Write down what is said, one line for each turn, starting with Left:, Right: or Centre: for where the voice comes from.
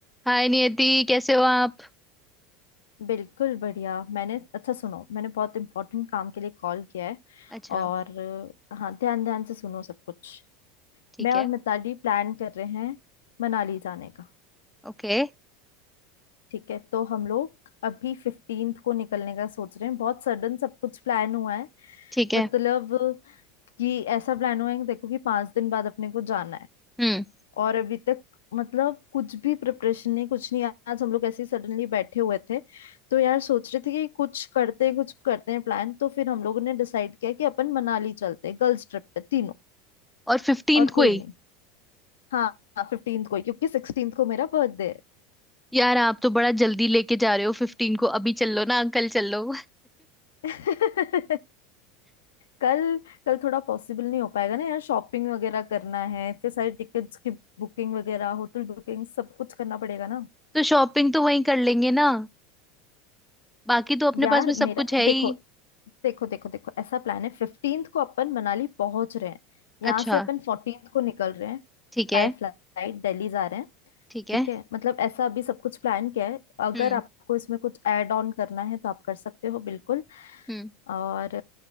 Centre: हाय नियति कैसे हो आप
Left: बिल्कुल बढ़िया मैंने अच्छा सुनो मैंने बहुत इम्पोर्टेंट काम के लिए कॉल किया है
Centre: अच्छा
Left: और हाँ ध्यान ध्यान से सुनो सब कुछ
Centre: ठीक
Left: मैं और
Centre: है
Left: मिताली प्लान कर रहे हैं मनाली जाने का
Centre: ओके
Left: ठीक है तो हम लोग अभी फिफ्टींथ को निकलने का सोच रहे हैं बहुत सडन सब कुछ प्लान हुआ है
Centre: ठीक है
Left: मतलब कि ऐसा प्लान हुआ है कि देखो कि पांच दिन बाद अपने को जाना है
Centre: हम्म
Left: और अभी तक मतलब कुछ भी प्रिपरेशन नहीं कुछ नहीं आज हम लोग ऐसे ही सडनली बैठे हुए थे तो यार सोच रहे थे कि कुछ करते हैं कुछ करते हैं प्लान तो फिर हम लोगों ने डिसाइड किया कि अपन मनाली चलते हैं गर्ल्स ट्रिप पे तीनों
Centre: और फिफ्टींथ
Left: और
Centre: को
Left: कोई
Centre: ही
Left: नहीं हाँ हाँ 15th को ही, क्योंकि 16th को मेरा बर्थडे है
Centre: यार आप तो बड़ा जल्दी लेके जा रहे हो फिफ्टीन को अभी चल लो ना अंकल चल लो
Left: <laughs> कल कल थोड़ा पॉसिबल नहीं हो पाएगा ना यार शॉपिंग वगैरह करना है फिर सारी टिकट्स की बुकिंग वगैरह होटल बुकिंग सब कुछ करना पड़ेगा ना
Centre: <laughs> तो शॉपिंग तो वहीं कर लेंगे ना बाकी तो अपने
Left: यार
Centre: पास में सब
Left: मेरा
Centre: कुछ है
Left: देखो
Centre: ही
Left: देखो देखो देखो ऐसा प्लान है फिफ्टींथ को अपन मनाली पहुंच रहे हैं यहाँ
Centre: अच्छा
Left: से अपन फोर्टींथ को निकल रहे हैं
Centre: ठीक है
Left: बाय फ्लाइट दिल्ली जा रहे हैं
Centre: ठीक है
Left: ठीक है मतलब ऐसा अभी सब कुछ प्लान किया है अगर
Centre: हम्म
Left: आपको इसमें कुछ ऐड ऑन करना है तो आप कर सकते हो बिल्कुल
Centre: हम्म
Left: और